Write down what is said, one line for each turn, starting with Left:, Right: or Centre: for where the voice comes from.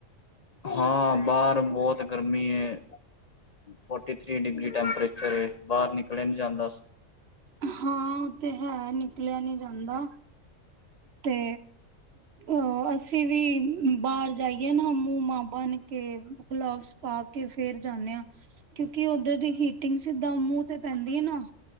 Left: ਹਾਂ, ਬਾਰ ਬਹੁਤ ਗਰਮੀ ਏ, ਫੋਟੀ ਥ੍ਰੀ ਡਿਗਰੀ ਟੈਂਪਰੇਚਰ ਏ, ਬਾਹਰ ਨਿਕਇਆ ਨੀ ਜਾਂਦਾ ਸ
Right: ਹਾਂ, ਓ ਤੇ ਹੈ, ਨਿਕਲਿਆ ਨੀ ਜਾਂਦਾ ਤੇ ਓ, ਅਸੀਂ ਵੀ ਬਾਹਰ ਜਾਈਏ ਨਾ, ਮੂ-ਮਾ ਬਨ ਕੇ, ਗਲਬਜ਼ ਪਾ ਕੇ ਫੇਰ ਜਾਂਨੇ ਆ ਕਿਉਂਕਿ, ਓਧਰ ਦੀ ਹੀਟਿੰਗ ਸਿੱਧਾਂ ਮੂੰਹ ਤੇ ਪੈਂਦੀ ਨਾ